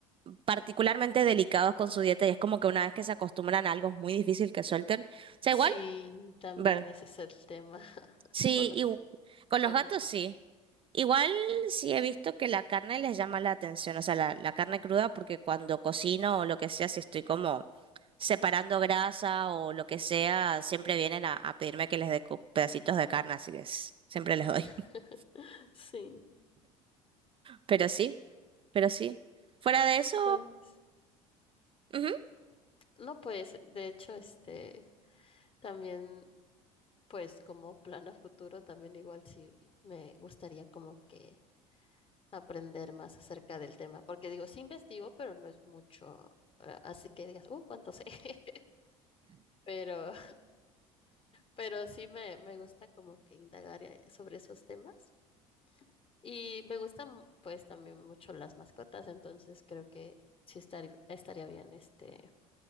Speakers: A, on the right (about 30°); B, on the left (about 30°).
A: particularmente delicados con su dieta y es como que una vez que se acostumbran a algo es muy difícil que suelten. O sea,
B: sí,
A: igual,
B: también
A: ver.
B: ese es el tema <laughs>
A: Sí,
B: con los
A: y con
B: gatitos.
A: los gatos sí. Igual sí he visto que la carne les llama la atención, o sea, la, la carne cruda, porque cuando cocino o lo que sea, si estoy como separando grasa o lo que sea, siempre vienen a, a pedirme que les dé co- pedacitos de carne, así que es- siempre les doy.
B: <laughs>
A: <laughs>
B: Sí,
A: Pero sí, pero sí. Fuera de eso,
B: pues,
A: ujú,
B: no, pues, de hecho, este, también, pues, como plan a futuro, también igual sí me gustaría como que aprender más acerca del tema, porque digo, sí investigo, pero no es mucho, eh, así que digas, uh, cuánto sé, <laughs> pero, pero sí me, me gusta como que indagar eh, sobre esos temas. Y me gustan pues también mucho las mascotas, entonces creo que sí estaría estaría bien este